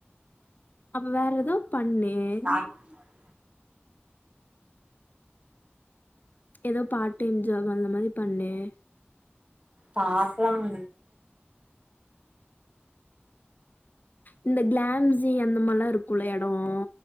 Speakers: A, on the left; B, on the right.
A: அப்ப வேற ஏதோ பண்ணேண்
B: யாருக்கு ஃபோன்
A: ஏதோ பார்ட் டைம் ஜாப் அந்த மாரி பண்ணேண்
B: பாக்லாம்
A: இந்த கிளாம்ஸி எந்த மாரிலாம் இருக்கும் எடம்